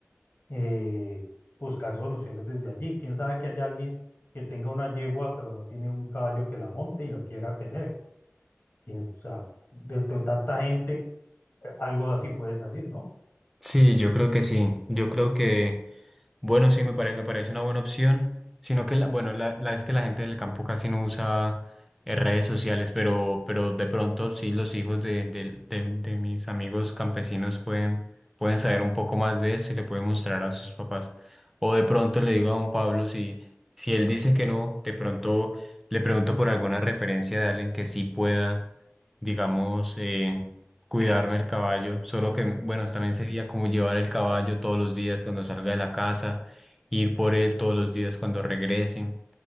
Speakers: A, on the left; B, in the centre.
A: eh, buscar soluciones desde allí. Quién sabe que haya alguien que tenga una yegua, pero no tiene un caballo que la monte y lo quiera tener. Quién, o sea, dentro de tanta gente, algo así puede salir, ¿no?
B: Sí, yo creo que sí. Yo creo que... Bueno, sí, me parece, me parece una buena opción, sino que, la- bueno, la, la es que la gente del campo casi no usa eh, redes sociales, pero, pero de pronto sí los hijos de, de de- de mis amigos campesinos pueden, pueden saber un poco más de esto y le pueden mostrar a sus papás. O de pronto le digo a don Pablo, si, si él dice que no, de pronto le pregunto por alguna referencia de alguien que sí pueda, digamos, eh, cuidarme el caballo, solo que, bueno, también sería como llevar el caballo todos los días cuando salga de la casa, ir por él todos los días cuando regrese.